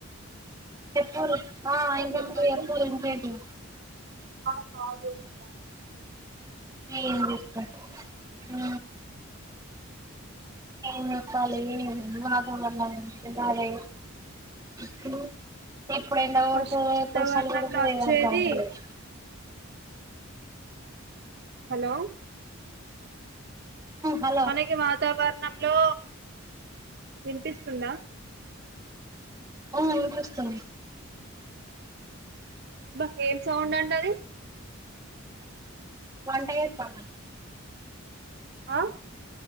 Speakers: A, on the right; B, on the right.
A: చెప్పుర్రి ఆ ఇంకా
B: చెప్పండి
A: మీ అక్కురుయింకేటు
B: కాకొంచమైన
A: ఏందీప్ప ఆ
B: అ
A: ఇంగ ఖాళీగే ఎండ వాతావరణం తినాలె ఇప్పుడు ఎప్పుడు ఎండ
B: మనం
A: కొడుతదో
B: ఫస్ట్ వాతావరణంలో
A: ఎప్పుడు సల్లగుంటదో
B: వచ్చేది
A: ఏమి అర్థం అయితలేదు
B: హలో
A: హలో
B: మనకి వాతావరణం లో వినిపిస్తుందా
A: ఆ వినిపిస్తుంది
B: బ ఏం సౌండ్ అండి అది
A: వంట ఎత్తన్నా
B: ఆ